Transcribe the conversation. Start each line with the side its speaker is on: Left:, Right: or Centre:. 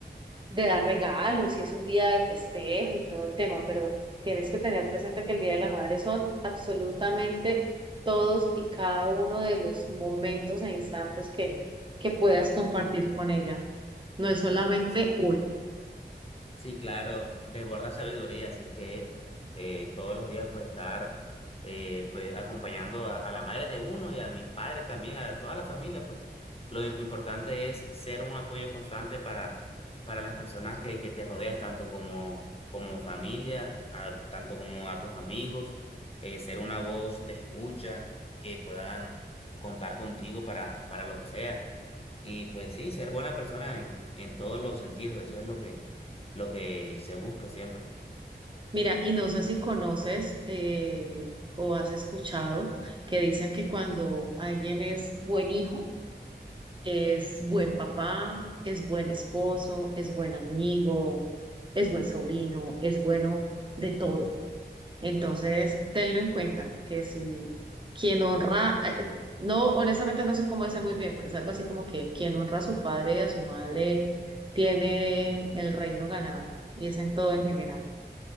Right: de dar regalos y es un día de festejo y todo el tema, pero tienes que tener presente que el Día de la Madre son absolutamente todos y cada uno de los momentos e instantes que, que puedas compartir con ella. No es solamente
Left: sí.
Right: hoy.
Left: Sí, claro, desborda sabiduría, así que eh, todos los días pues estar eh, pues acompañando a, a la madre de uno y a mi padre también, a toda la familia, pues lo im- importante es ser un apoyo constante para, para las personas que, que te rodeas, tanto como, como familia, a- tanto como a tus amigos, eh, ser una voz de escucha que puedan contar contigo para, para lo que sea. Y pues sí, ser buena persona en, en todos los sentidos, eso es lo que, lo que se busca siempre.
Right: Mira, y no sé si conoces eh, o has escuchado que dicen que cuando alguien es buen hijo, es buen papá, es buen esposo, es buen amigo, es buen sobrino, es bueno de todo. Entonces, tenlo en cuenta, que si quien honra, eh, no, honestamente no sé cómo dice muy bien, pero es algo así como que quien honra a su padre y a su madre tiene el reino ganado, y es en todo en general.